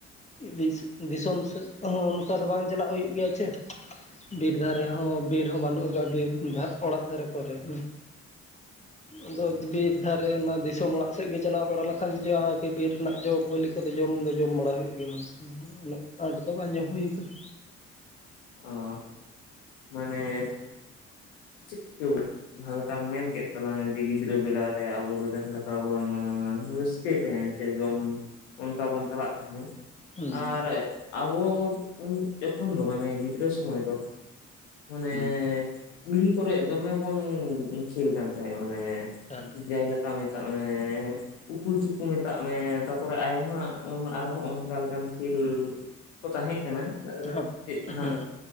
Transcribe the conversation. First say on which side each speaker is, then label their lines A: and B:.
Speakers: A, on the left (about 20°); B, on the left (about 70°).
A: ᱫᱤᱥ ᱫᱤᱥᱚᱢ ᱥᱮᱫ ᱦᱚᱸ ᱚᱱᱠᱟ ᱫᱚ ᱵᱟᱝ ᱪᱟᱞᱟᱜ ᱦᱩᱭᱩᱜ ᱜᱮᱭᱟ ᱪᱮ ᱵᱤᱨ ᱫᱷᱟᱨᱮ ᱦᱚᱸ ᱵᱤᱨ ᱦᱚᱸ ᱵᱟᱹᱱᱩᱜ ᱟᱠᱟᱜᱼᱟ ᱵᱤᱨ ᱫᱷᱟᱜ ᱚᱲᱟᱜ ᱫᱷᱟᱨᱮ ᱠᱚᱨᱮ ᱦᱩᱸ ᱟᱫᱚ ᱵᱤᱨ ᱫᱷᱟᱨᱮ ᱚᱱᱟ ᱫᱤᱥᱚᱢ ᱚᱲᱟᱜ ᱥᱮᱫ ᱜᱮ ᱪᱟᱞᱟᱣ ᱵᱟᱲᱟ ᱞᱮᱱᱠᱷᱟᱱ ᱫᱚ ᱡᱟᱦᱟᱸᱜᱮ ᱵᱤᱨ ᱨᱮᱱᱟᱜ ᱡᱚ ᱵᱟᱹᱞᱤ ᱠᱚᱫᱚ ᱡᱚᱢ ᱫᱚ ᱡᱚᱢ ᱵᱟᱲᱟ ᱦᱩᱭᱩᱜ ᱜᱮᱭᱟ ᱜᱚᱢᱠᱮ ᱩᱱᱟᱹᱜ ᱟᱸᱴ ᱫᱚ ᱵᱟᱝ ᱡᱚᱢ ᱦᱩᱭ ᱟᱠᱟᱱᱟ
B: ᱚᱸ ᱢᱟᱱᱮ ᱪᱮᱫ ᱪᱤᱠᱟᱹᱣ ᱡᱟᱦᱟᱸ ᱞᱮᱠᱟᱢ ᱢᱮᱱ ᱠᱮᱫ ᱛᱟᱞᱟᱝᱟ ᱡᱮ ᱜᱤᱫᱽᱨᱟᱹ ᱵᱮᱲᱟ ᱨᱮ ᱟᱵᱚ ᱫᱚ ᱡᱟᱦᱟᱸ ᱞᱮᱠᱟ ᱵᱚᱱ ᱨᱟᱹᱥ ᱠᱟᱹᱭ ᱛᱟᱦᱮᱱ ᱡᱮ ᱡᱚᱢ ᱚᱱᱠᱟ ᱵᱚᱱ ᱪᱟᱞᱟᱜ ᱛᱟᱦᱮᱱ
A: ᱦᱩᱸ
B: ᱟᱨ ᱟᱵᱚ ᱩᱱ ᱡᱚᱠᱷᱚᱱ ᱫᱚ ᱢᱟᱱᱮ ᱜᱤᱫᱽᱨᱟᱹ ᱥᱚᱢᱚᱭ ᱫᱚ ᱢᱟᱱᱮ
A: ᱦᱩᱸ
B: ᱠᱩᱞᱦᱤ ᱠᱚᱨᱮ ᱫᱚᱢᱮ ᱵᱚᱱ ᱠᱷᱮᱞ ᱠᱟᱱ ᱛᱟᱦᱮᱸᱜ ᱢᱟᱱᱮ
A: ᱮᱠᱟᱞ
B: ᱡᱟᱭ ᱞᱮᱠᱟ ᱢᱮᱛᱟᱜ ᱢᱮ ᱩᱠᱩ ᱪᱩᱠᱩ ᱢᱮᱛᱟᱜ ᱢᱮ ᱛᱟᱯᱚᱨᱮ ᱟᱭᱢᱟ ᱟᱨᱦᱚᱸ ᱚᱱᱠᱟ ᱞᱮᱠᱟᱱ ᱠᱷᱮᱞ ᱠᱚ ᱛᱟᱦᱮᱸᱜ ᱠᱟᱱᱟ
A: ᱦᱟᱯ
B: ᱪᱮᱫ ᱦᱟᱸᱜ
A: ᱦᱮᱸ